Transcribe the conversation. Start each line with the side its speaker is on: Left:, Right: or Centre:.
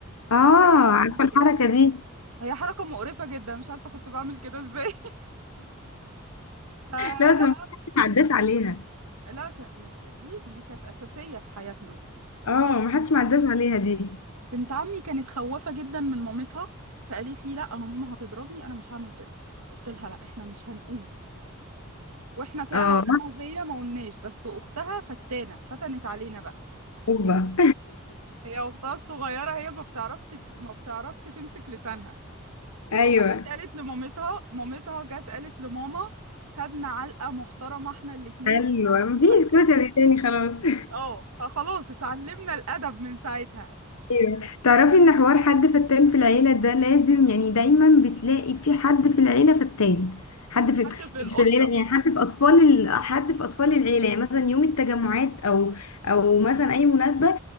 Left: اه
Right: واحنا راجعين من
Left: عارفة
Right: المدرسة
Left: الحركة دي
Right: هي حركة مقرفة جدا مش عارفة كنت بعمل كده ازاي <laughs> فلا
Left: لا بس
Right: لا
Left: ما حدش ما عداش عليها
Right: لا، ك- دي دي دي كانت أساسية في حياتنا
Left: اه ما حدش ما عداش عليها دي
Right: بنت عمي كانت خوافة جدا من مامتها فقالت لي لا انا ماما هتضربني انا مش هعمل كده قلت لها لا احنا مش هنقول واحنا فعلا
Left: اه
Right: انا وهي ما قلناش بس اختها فتانة فتنت علينا بقى
Left: اوبا
Right: هي اختها الصغيرة هي ما بتعرفش ما بتعرفش تمسك لسانها
Left: <laughs> ايوه
Right: راحت قالت لمامتها مامتها جت قالت لماما خدنا علقة محترمة احنا الاتنين
Left: حلوة
Right: في نفس
Left: مفيش
Right: الوقت
Left: كشري تاني خلاص <laughs>
Right: اه فخلاص اتعلمنا الادب من ساعتها
Left: ايوه تعرفي ان حوار حد فتان في العيلة ده لازم يعني دايما بتلاقي في حد في العيلة فتان حد
Right: هو
Left: في
Right: حد في
Left: مش
Right: الاسرة
Left: في العيلة يعني حد في اطفال ال... حد في اطفال العيلة يعني مثلا يوم التجمعات او او مثلا اي مناسبة